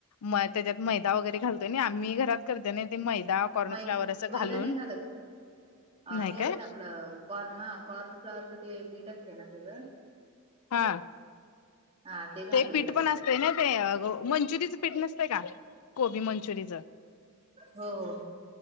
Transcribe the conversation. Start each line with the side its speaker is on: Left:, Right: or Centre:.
Left: म त्याच्यात मैदा वगैरे घालतोय आम्ही घरात करतेो ना ते मैदा कॉर्नफ्लाॉवर
Right: मैदा
Left: असं
Right: मैदा
Left: घालून
Right: नाही घालत अ
Left: नाही
Right: हे
Left: काय
Right: असतं आपलं कॉर्न हा कॉर्न फ्लॉवरच ते पीठ असते ना त्याचं
Left: हा
Right: हा घालतात
Left: ते पीठ
Right: त्याला
Left: पण असतं
Right: काय तर
Left: ना ते मंचुरीचं पीठ नसतं का कोबी मंचुरीचं
Right: हो हो